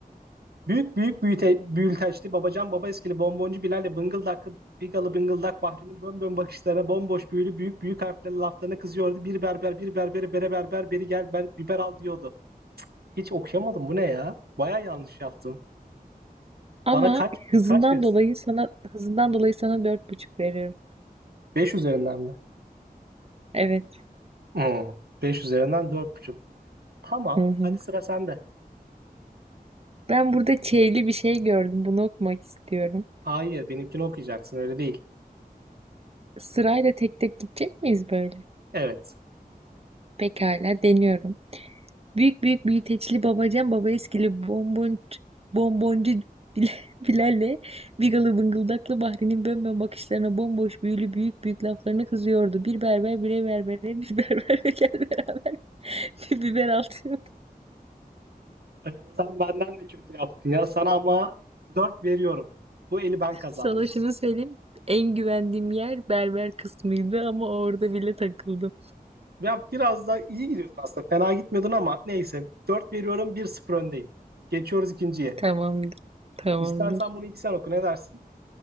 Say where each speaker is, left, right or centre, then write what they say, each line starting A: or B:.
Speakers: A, on the right; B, on the right.
A: Büyük büyük büyüte, büyülteçli babacan baba eskili bomboncu Bilal'le bıngıldaklı bigalı bıngıldak Bahri'nin bön bön bakışlarına bomboş büyülü büyük büyük harflerle laflarına kızıyordu. Bir berber bir berbere bere berber beri gel ber, biber al diyordu. Hiç okuyamadım bu ne ya? Baya yanlış yaptım.
B: Ama
A: Bana kaç
B: hızından
A: kaç verirsin?
B: dolayı sana hızından dolayı sana dört buçuk veriyorum.
A: 5 üzerinden mi?
B: Evet.
A: Hmm, 5 üzerinden dört buçuk. Tamam
B: Hı hı.
A: hadi sıra sende.
B: Ben burada çeyli bir şey gördüm. Bunu okumak istiyorum.
A: Hayır benimkini okuyacaksın öyle değil.
B: Sırayla tek tek gidecek miyiz böyle?
A: Evet.
B: Pekala deniyorum. Büyük büyük büyüteçli babacan baba eskili bonbon, bonboncu Bil- <laughs> Bilal'le Bigalı bıngıldaklı Bahri'nin bönbön bakışlarına bomboş büyülü büyük büyük laflarına kızıyordu. Bir berber bire berbere bir berber <laughs> ve gel beraber bir biber atıyordu.
A: Ee, sen benden de kötü yaptın ya. Sana ama 4 veriyorum. Bu eli ben kazandım.
B: Sana şunu söyleyeyim. En güvendiğim yer berber kısmıydı ama orada bile takıldım.
A: Ya biraz da iyi gidiyordun aslında. Fena gitmiyordun ama neyse. dört veriyorum Bir 0 öndeyim. Geçiyoruz ikinciye.
B: Tamamdır. Tamamdır.
A: İstersen bunu ilk sen oku ne dersin?